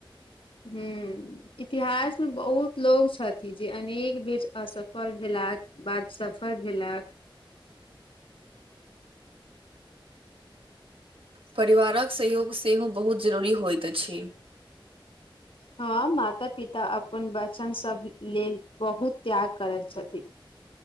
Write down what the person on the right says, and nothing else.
परिवारक सहयोग सेहो बहुत जरूरी होइत अछि